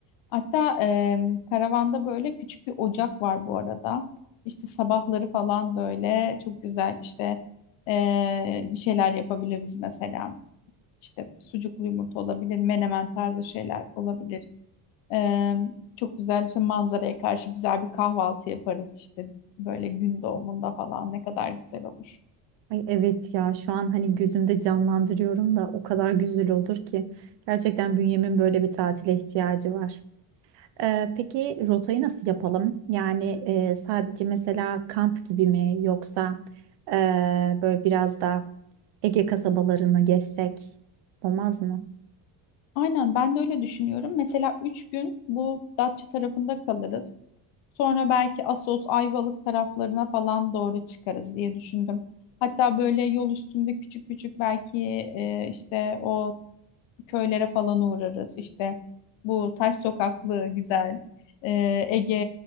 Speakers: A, on the left; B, on the right.
A: Hatta e, karavanda böyle küçük bir ocak var bu arada. İşte sabahları falan böyle çok güzel işte e, bir şeyler yapabiliriz mesela. İşte sucuklu yumurta olabilir, menemen tarzı şeyler olabilir. E, çok güzel işte manzaraya karşı güzel bir kahvaltı yaparız işte böyle gün doğumunda falan ne kadar güzel olur.
B: Ay evet ya şu an hani gözümde canlandırıyorum da o kadar güzel olur ki. Gerçekten bünyemin böyle bir tatile ihtiyacı var. Ee, peki rotayı nasıl yapalım? Yani e, sadece mesela kamp gibi mi yoksa e, böyle biraz da Ege kasabalarını gezsek olmaz mı?
A: Aynen ben de öyle düşünüyorum. Mesela 3 gün bu Datça tarafında kalırız. Sonra belki Assos, Ayvalık taraflarına falan doğru çıkarız diye düşündüm. Hatta böyle yol üstünde küçük küçük belki e, işte o köylere falan uğrarız. İşte bu taş sokaklı güzel e, Ege